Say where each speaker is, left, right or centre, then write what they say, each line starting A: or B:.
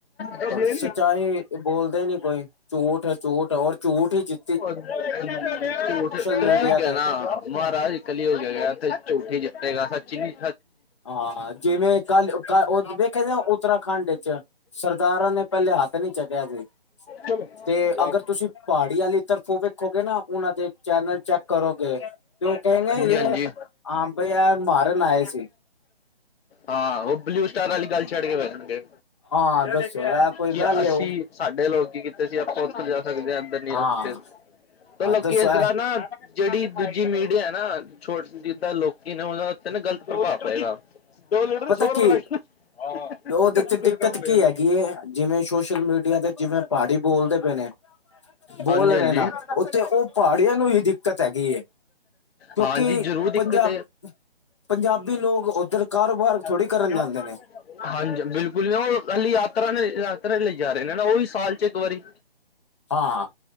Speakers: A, on the left; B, on the left.
A: ਹਾਂਜੀ
B: ਸੱਚਾਈ ਬੋਲਦੇ ਨੀ ਕੋਈ ਝੂਠ ਹੈ ਝੂਠ ਔਰ ਝੂਠ ਹੀ ਜਿੱ
A: ਝੂਠ <unintelligible>
B: ਮੀਡੀਆ
A: ਹੋ ਗਿਆ
B: ਤੇ
A: ਨਾ ਮਹਾਰਾਜ ਇੱਕ ਲਈ ਹੋ ਗਿਆ ਤੇ ਝੂਠ ਹੀ ਜਿੱਤੇਗਾ ਸੱਚੀ ਨੀ
B: ਹਾਂ ਜਿਵੇਂ ਕੱਲ ਕੱਲ ਉਹ ਵੇਖਿਆ ਸੀ ਨਾ ਉੱਤਰਾਖੰਡ ਵਿੱਚ ਸਰਦਾਰਾਂ ਨੇ ਇਕੱਲੇ ਹੱਥ ਨੀ ਚੱਕਿਆ ਸੀ
A: ਚਲੋ
B: ਤੇ
A: ਚਲਾਓ
B: ਅਗਰ ਤੁਸੀਂ ਪਹਾੜੀ ਵਾਲੀ ਤਰਫੋਂ ਵੇਖੋਗੇ ਨਾ ਉਹਨਾਂ ਦੇ ਚੈਨਲ ਚੈੱਕ ਕਰੋਗੇ ਜੋ ਕਹੇਗੇ
A: ਹਾਂਜੀ
B: ਜੇ
A: ਹਾਂਜੀ
B: ਹਾਂ ਬਈ ਆ ਮਾਰਨ ਆਏ ਸੀ
A: ਹਾਂ ਉਹ ਬਲੂ ਸਟਾਰ ਵਾਲੀ ਗੱਲ ਛੇੜ ਕੇ ਬਹਿ ਜਾਣਗੇ
B: ਹਾਂ ਦੱਸੋ ਇਹ ਕੋਈ
A: ਕਿ
B: ਗੱਲ
A: ਅਸੀਂ
B: ਹੈ।
A: ਸਾਡੇ ਲੋਕੀ ਕਿ ਤੇ ਅਸੀਂ ਆਪਾਂ ਉੱਥੇ ਜਾ ਸਕਦੇ ਹਾਂ ਅੰਦਰ ਨਹੀਂ
B: ਹਾਂ
A: ਆ ਸਕਦੇ ਤੇ
B: ਹਾਂ
A: ਲੋਕੀ
B: ਦੱਸੋ
A: ਇਸ
B: ਇਹ
A: ਤਰ੍ਹਾਂ ਨਾ ਜਿਹੜੀ ਦੂਜੀ ਮੀਡੀਆ ਨਾ, ਛੋਟ ਜਿੱਦਾਂ ਲੋਕੀ ਨੇ ਉਹ ਉੱਤੇ ਨਾ ਗ਼ਲਤ ਪ੍ਰਭਾਵ ਪਏਗਾ। ਦੋ ਲੀਟਰ ਦੀ
B: ਪਤਾ
A: ਰੁਪਏ
B: ਕੀ,
A: ਲੱਗ ਜਾਣਾ
B: ਉਹਦੇ
A: ਜਲਦੀ
B: ਚ
A: ਤੋਂ
B: ਦਿੱਕਤ
A: ਕੰਮ ਹੋ
B: ਕੀ
A: ਜਾਣਾ
B: ਹੈਗੀ! ਜਿਵੇਂ ਸੋਸ਼ਲ ਮੀਡੀ ਆ ਤੇ ਜਿਵੇਂ ਪਹਾੜੀ ਬੋਲਦੇ ਪਏ ਨੇ। ਬੋਲ
A: ਹਾਂਜੀ
B: ਰਹੇ
A: ਹਾਂਜੀ
B: ਨਾ ਉੱਥੇ ਉਹ ਪਹਾੜੀਆਂ ਨੂੰ ਹੀ ਦਿੱਕਤ ਹੈਗੀ ਹੈ। ਕਿਉਂਕਿ
A: ਹਾਂਜੀ ਜਰੂਰ ਦਿੱਕਤ।
B: ਪੰਜਾਬ ਪੰਜਾਬੀ ਲੋਕ ਉੱਧਰ ਕਾਰੋਬਾਰ ਥੋੜ੍ਹੀ
A: ਹਾਂਜੀ!
B: ਕਰਨ ਜਾਂਦੇ ਨੇ
A: ਬਿਲਕੁਲ ਨਹੀਂ, ਉਹ ਹੀ ਯਾਤਰਾ ਯਾਤਰਾ ਲਈ ਜਾ ਰਹੇ ਨੇ ਨਾ ਉਹੀ ਸਾਲ ਸਾਲ ਚ ਇੱਕ ਵਾਰੀ
B: ਹਾਂ!